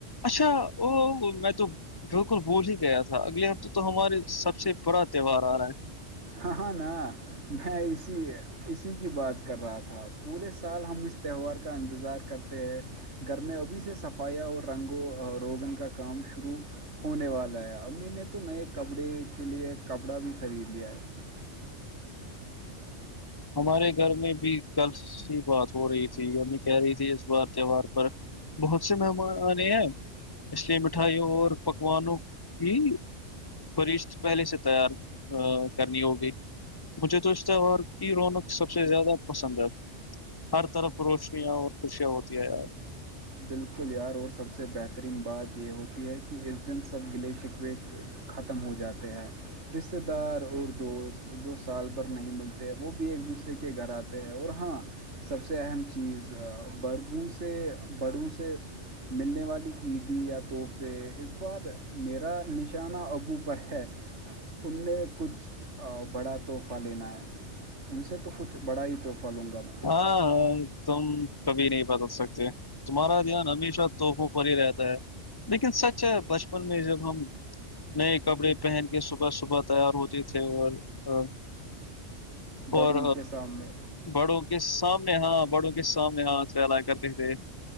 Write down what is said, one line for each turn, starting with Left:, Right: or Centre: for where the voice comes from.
Left: اچھا ا میں تو بالکل بول ہی گیا تھا اگلے ہفتے تو ہمارے سب سے بڑا تہوہار آ رہا ہے
Right: ہاں ہاں نا میں اسی ہے اسی کی بات کر رہا تھا پورے سال ہم اس تہوار کا انتظار کرتے ہیں گھر میں ابھی سے صفائیاں اور رنگ و روغن کا کام شروع ہونے والا ہے امی نے تو نئے کپڑے کے لیے کپڑا بھی خرید لیا ہے <inaudible>
Left: ہمارے گھر میں بھی کل سی بات ہو رہی تھی ہممی کہہ رہی تھی اس بار تہوار پر بہت سے مہمان آنے ہیں اس لیے مٹھائیوں اور پکوانوں کی فرشت پہلے سے تیار کرنی ہوگی مجھے تو اس طرح اور کی رونق سب سے زیادہ پسند ہے ہر طرف روشنیاں اور خوشیاں ہوتی ہے یار
Right: بالکل یار اور سب سے بہترین بات یہ ہوتی ہے کہ اس دن سب گلیشکو ختم ہو جاتے ہیں رشتے دار اور دوست جو سال بھر نہیں ملتے وہ بھی ایک دوسرے کے گھر آتے اور ہاں سب سے اہم چیز برگوں سے بڑوں سے ملنے والی عیدی یا تحفے اس بار میرا نشانہ ابو پر ہے انیں کچھ بڑا تحفہ لینا ہے ان سے تو کچھ بڑا ہی تحفہ لوں گا میں
Left: ہاں ہ تم کبھی نہیں بدل سکتے تمہارا دھیان ہمیشہ تحفوں پر ہی رہتا ہے لیکن سچ ہے بچپن میں جب ہم نئے کپڑے پہن کے صبح صبح تیار ہوتے تھے اور
Right: بڑوں
Left: اور
Right: کے سامنے
Left: بڑوں کے سامنے ہاں بڑوں کے سامنے ہاں پھیلا کرتے تھے